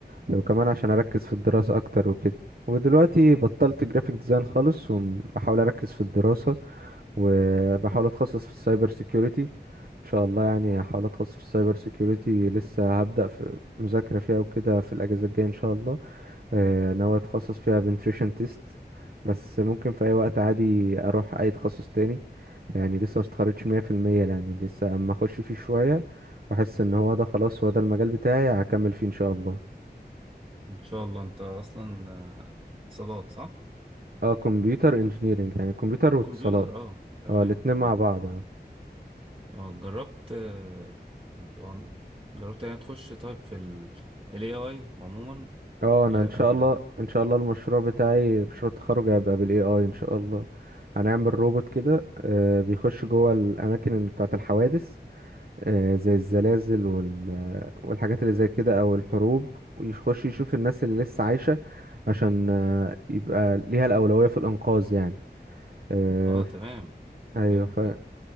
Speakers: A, on the right (about 60°); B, on the right (about 30°).
A: وكمان عشان اركز في الدراسة اكتر وكده ودلوقتي بطلت جرافيك ديزاين خالص وبحاول اركز في الدراسة وبحاول اتخصص في السايبر سيكيورتي ان شاء الله يعني هحاول اتخصص في السايبر سيكيورتي لسه هبدأ في مذاكرة فيها وكده في الاجازة الجاية ان شاء الله آه، ناوي اتخصص فيها بنتريشن تيست بس ممكن في اي وقت عادي اروح اي تخصص تاني يعني لسه مستخرجتش مية في المية يعني لسه اما اخش فيه شوية واحس ان هو ده خلاص هو ده المجال بتاعي هكمل فيه ان شاء الله
B: إن شاء الله أنت أصلا آه، اتصالات صح؟
A: اه كمبيوتر انجينيرنج يعني كمبيوتر واتصالات
B: كمبيوتر أه تمام
A: اه الاتنين
B: تمام
A: مع بعض اه
B: أه جربت آه، يعني طبعاً جربت يعني تخش طيب في ال ال AI عموما
A: اه
B: غير
A: انا ان شاء
B: قبل
A: الله ان شاء الله المشروع بتاعي مشروع التخرج هيبقى بالاي اي ان شاء الله هنعمل روبوت كده آه، بيخش جوه الاماكن بتاعه الحوادث آه، زي الزلازل وال... والحاجات اللي زي كده او الحروب ويخش يشوف الناس اللي لسه عايشة عشان آه، يبقى ليها الأولوية في الإنقاذ يعني آه،
B: أه
A: ف-
B: تمام
A: ايوه
B: فهمتك
A: ف